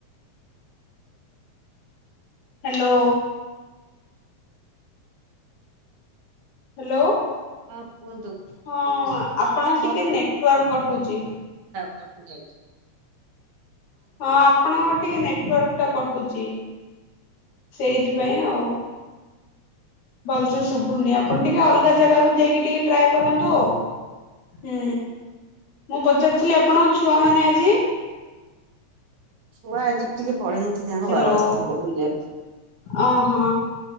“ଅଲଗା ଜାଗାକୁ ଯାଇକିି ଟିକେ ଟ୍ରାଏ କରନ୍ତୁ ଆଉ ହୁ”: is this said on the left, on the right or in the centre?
Left